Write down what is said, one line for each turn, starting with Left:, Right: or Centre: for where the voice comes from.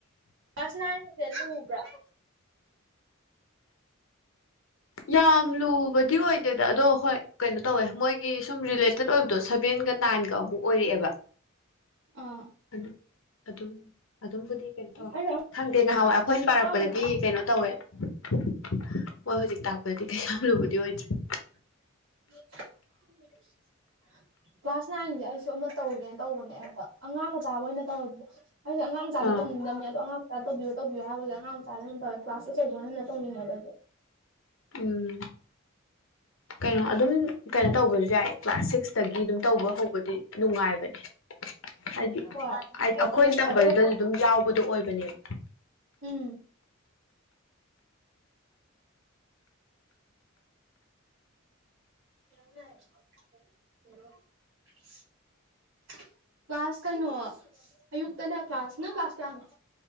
Right: ꯐꯁꯅ ꯍꯥꯏꯕ꯭ꯔ
Left: ꯌꯥꯝ ꯂꯨꯕꯗꯤ ꯑꯣꯏꯗꯦꯗ ꯑꯗꯣ ꯍꯣꯏ ꯀꯩꯅꯣ ꯇꯧꯋꯦ ꯃꯣꯏꯒꯤ ꯁꯨꯝ ꯦ ꯠ ꯑꯣꯏꯕꯗꯣ ꯁꯚꯦꯟꯒ ꯅꯥꯏꯟꯒ ꯑꯃꯨꯛ ꯑꯣꯏꯔꯛꯑꯦꯕ
Right: ꯑꯩ
Left: ꯑꯗꯨ ꯑꯗꯨꯝ ꯑꯗꯨꯝꯕꯨꯗꯤ ꯀꯩꯅꯣ ꯇꯧꯋꯦ
Right: ꯑꯉꯥꯡ
Left: ꯈꯪꯗꯦ ꯉꯍꯥꯟꯋꯥꯏ ꯑꯩꯈꯣꯏꯅ ꯄꯥꯔꯛꯄꯗꯗꯤ
Right: ꯃꯆꯥ
Left: ꯀꯩꯅꯣ ꯇꯧꯋꯦ ꯍꯣꯏ ꯍꯧꯖꯤꯛ ꯇꯥꯛꯄꯗꯗꯤ ꯀꯩ ꯌꯥꯝ ꯂꯨꯕꯗꯤ ꯑꯣꯏꯗ꯭ꯔꯦ
Right: <unintelligible> ꯀ꯭ꯂꯥꯁ ꯅꯥꯏꯟꯁꯦ ꯑꯩꯁꯨ ꯑꯃ ꯇꯧꯒꯦꯅ ꯇꯧꯕꯅꯦ ꯑꯝꯇ ꯑꯉꯥꯡ ꯃꯆꯥꯕ ꯑꯣꯏꯅ ꯇꯧ ꯑꯩꯁꯦ ꯑꯉꯥꯡ ꯃꯆꯥꯗꯤ
Left: ꯑꯥ
Right: ꯇꯅꯤꯡꯕꯅꯤ ꯑꯗꯣ ꯑꯉꯥꯡ ꯆꯥꯛ ꯇꯧꯕꯤꯌꯨ ꯇꯧꯕꯤꯌꯨ ꯍꯥꯏꯕꯒꯤ ꯑꯉꯥꯡ ꯃꯆꯥꯗ ꯑꯗꯨꯝ ꯇꯧꯋꯦ ꯀ꯭ꯂꯥꯁ ꯑꯆꯧꯕ ꯍꯟꯅ ꯇꯧꯅꯤꯡꯉꯕ ꯑꯗꯨꯗꯤ
Left: ꯎꯝ ꯀꯩꯅꯣ ꯑꯗꯨꯝ ꯀꯩꯅꯣ ꯇꯧꯕꯁꯨ ꯌꯥꯏ ꯀ꯭ꯂꯥꯁ ꯁꯤꯛꯁꯇꯒꯤ ꯑꯗꯨꯝ ꯇꯧꯕ ꯍꯧꯕꯗꯤ ꯅꯨꯡꯉꯥꯏꯕꯅꯦ ꯍꯥꯏꯗꯤ
Right: ꯍꯣꯏ
Left: ꯍꯥꯏꯗꯤ ꯑꯩꯈꯣꯏꯅ
Right: ꯕꯦꯁ ꯕꯦꯁ
Left: ꯇꯝꯕꯗꯨꯗꯁꯨ
Right: ꯈꯥꯏꯗꯣꯛꯑ
Left: ꯑꯗꯨꯝ ꯌꯥꯎꯕꯗꯣ ꯑꯣꯏꯕꯅꯦꯕ
Right: ꯎꯝ <unintelligible> ꯀ꯭ꯂꯥꯁ ꯀꯩꯅꯣ ꯑꯌꯨꯛꯇꯗ ꯀ꯭ꯂꯥꯁ ꯅꯪ ꯀ꯭ꯂꯥꯁ ꯀꯌꯥꯅ